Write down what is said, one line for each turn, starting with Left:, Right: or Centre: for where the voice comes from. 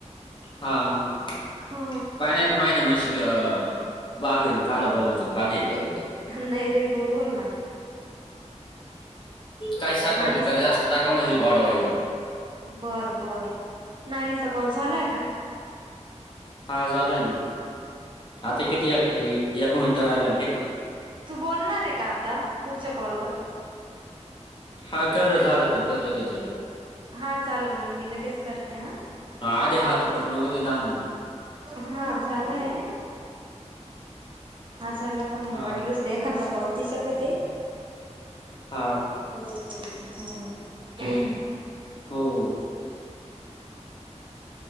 Left: हा म
Right: हा
Left: पाय ना आता मायना म यावी अ बावीन काल बोलायच आण काली हे करायचं.
Right: हा नाही रे बोलवल ना.
Left: काय साखर
Right: नाणीचा
Left: बिकर जास्त टाका म्हतजी गॉड होईल.
Right: बर बर नानीचा कॉल झालाय का?
Left: हा झालंय ना आता किती य एक मिनिटं
Right: तू
Left: राहिलाय ना किती.
Right: तू बोलणारयं का आता पुढच्या कॉलवर.
Left: हा कर झालं तर देतो त्याच्याकडं.
Right: हा चालल मग मी लगेच करते हा.
Left: हा आधी हात उपर न देता अम.
Right: हा झालंय. हा झाला का मंग
Left: हां,
Right: वाटलच ते एखादा कॉल तिच्याकड दे.
Left: हां.
Right: सोबत बोलते ह.
Left: हो.